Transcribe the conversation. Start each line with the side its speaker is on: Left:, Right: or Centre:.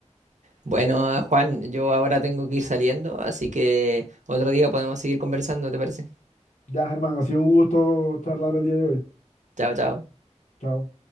Right: Bueno, Juan, yo ahora tengo que ir saliendo, así que otro día podemos seguir conversando, ¿te parece?
Left: Ya, Germán, ha sido un gusto charlar el día de hoy.
Right: Chao, chao.
Left: Chao.